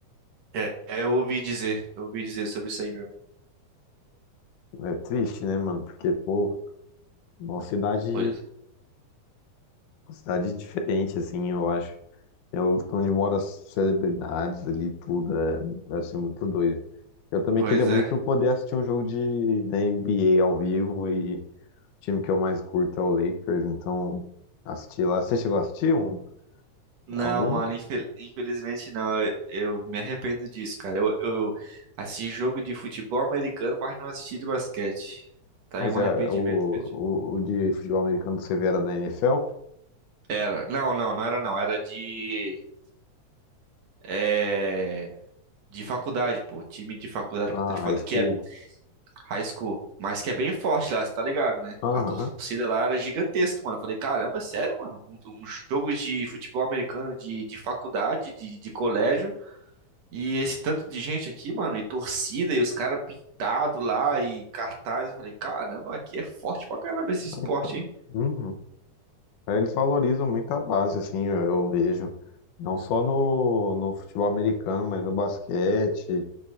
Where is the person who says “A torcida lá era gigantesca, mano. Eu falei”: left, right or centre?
Right